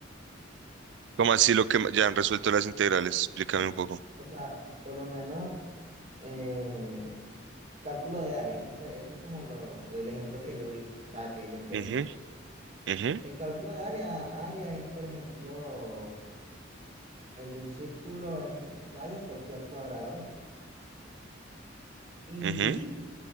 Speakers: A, on the right (about 65°); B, on the right (about 35°).
A: ¿Cómo así lo que ma- ya han resuelto las integrales? Explícame un poco.
B: O sea, por lo menos eh, cálculo de área, eso fue, eso es como lo, el ejemplo que yo vi, o sea, que yo entendí.
A: Ujú, ujú,
B: El cálculo de área, área es, por ejemplo, el de un círculo es radio por pi al cuadrado y
A: ujú.